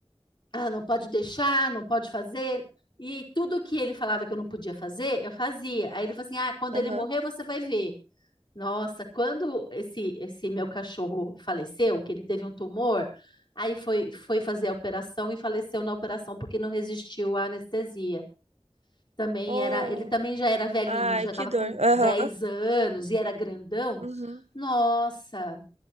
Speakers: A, on the left; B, on the right.
A: ah, não pode deixar, não pode fazer. E tudo que ele falava que eu não podia fazer, eu fazia. Aí ele falou assim: "Ah, quando
B: Aham.
A: ele morrer, você vai ver". Nossa, quando esse, esse meu cachorro faleceu, que ele teve um tumor, aí foi, foi fazer a operação e faleceu na operação porque não resistiu à anestesia. Também
B: Oh,
A: era, ele também já era velhinho,
B: ai,
A: ele já
B: que
A: estava
B: dor.
A: com 10
B: Aham.
A: anos e era grandão.
B: Uhum.
A: Nossa,